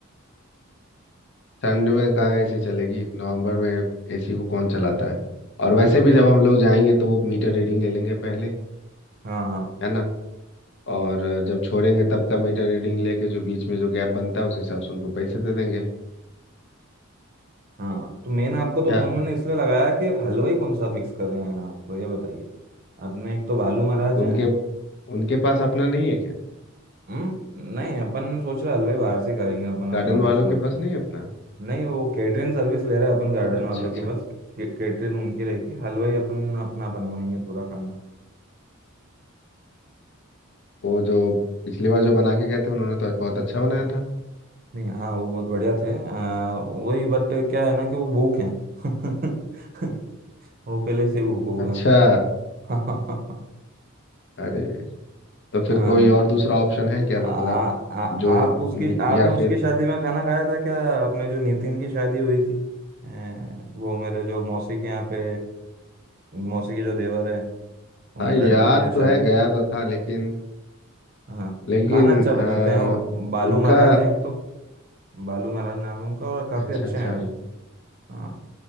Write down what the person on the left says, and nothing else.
ठंड में कहाँ एसी चलेगी नवंबर में एसी को कौन चलाता है और
वैसे
भी
जब हम लोग जाएंगे तो वो मीटर रीडिंग ले लेंगे पहले
है ना और जब छोड़ेंगे तब का मीटर रीडिंग लेके जो बीच में जो गैप बनता है उस हिसाब से उनको पैसे दे देंगे
क्या
उनके
उनके पास अपना नहीं है क्या
गार्डन
वालों
के पास नहीं है अपना
अच्छा
अच्छा
वो जो पिछली बार जो बना के गए थे उन्होंने तो बहुत अच्छा बनाया था
अच्छा
अरे तो फिर
कोई और दूसरा ऑप्शन है क्या
मतलब
जो
उन्हीं-
या
फिर
हाँ याद
तो
है गया
तो था लेकिन
लेकिन
अ,
उनका
अच्छा
अच्छा